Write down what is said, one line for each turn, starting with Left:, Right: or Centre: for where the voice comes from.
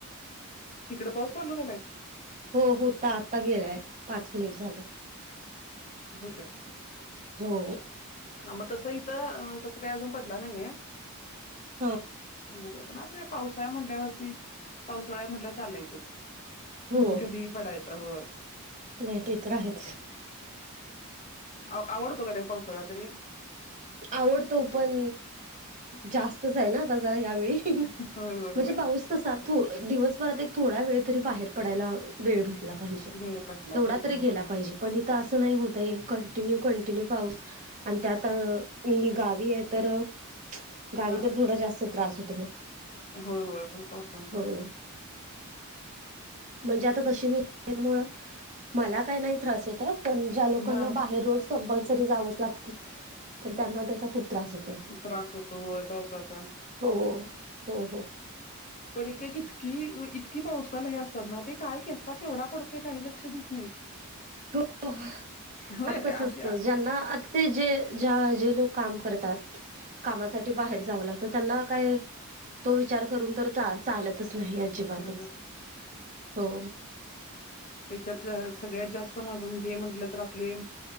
Left: तिकडं पाऊस चालू झालाय?
Right: हो होता, आत्ता गेलाय पाच मिनिट झालं.
Left: हो का?
Right: हो
Left: हा मग तसं इथं, तसं काय अजून पडला नाहीये.
Right: हा
Left: बघूया पण आता काय पावसाळाय म्हटल्यावरती, पावसाळा हाय म्हणाल्यावर चालायचंच.
Right: हो
Left: कधीही पडायचा, होय.
Right: नाही ते तर आहेच.
Left: आव आवडतो का नाही पावसाळा तरी?
Right: आवडतो पण, जास्तच आहे ना आता जरा ह्यावेळी.
Left: होय, होय,
Right: म्हणजे
Left: होय.
Right: पाऊस कसा थो दिवसभरात एक थोडा वेळ तरी बाहेर पडायला वेळ भेटला पाहिजे,
Left: भेळ पाटला
Right: एवढा
Left: पाहिजे
Right: तरी
Left: होय.
Right: गेला पाहिजे. पण इथं असं नाही होत आहे, कंटिन्यू कंटिन्यू पाऊस आणि त्यात अ मी गावी आहे तर गावी
Left: हां.
Right: तर थोडा जास्त त्रास होतो मग.
Left: होय होय होय पावसांचा
Right: हो म्हणजे आता तशी मी मुळ मला काय नाही त्रास होता पण ज्या लोकांना
Left: हां.
Right: बाहेर रोज कंपल्सरी जावचं लागत तर त्यांना त्याचा खूप त्रास हो
Left: त्रास होतो होय पावसाचा.
Right: हो हो हो
Left: पण एक एक इतकी इतकी पावसाला हे आसतात ना ते काय? कसा? केवढा पडतोय काही लक्ष देत नाहीत.
Right: हो,
Left: होय
Right: आता कसं
Left: अशी
Right: असतं ज्यांना आ ते जे ज्या जे लोक काम करतात कामासाठी बाहेर जावं लागतं, त्यांना काय तो विचार करून तर चालतच नाही अजिबातच
Left: चाल
Right: हो.
Left: तेच्यात ज्या सगळ्यात जास्त <unintelligible> हे म्हटलं तर आपले